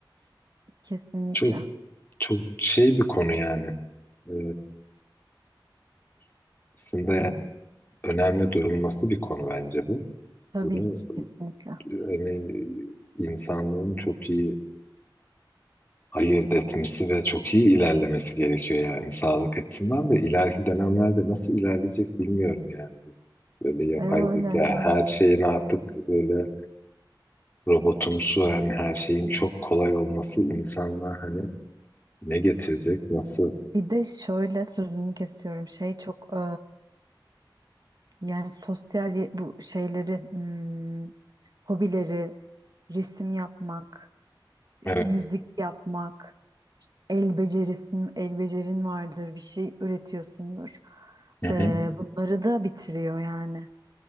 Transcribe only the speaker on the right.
Kesinlikle.
Tabii
ki kesinlikle.
E, öyle
yani.
Bir de şöyle sözünü kesiyorum. Şey çok e, yani sosyal ye- bu şeyleri hmm, hobileri resim yapmak,
müzik yapmak, el becerisin, el becerin vardır bir şey üretiyorsundur.
E,
bunları da bitiriyor yani.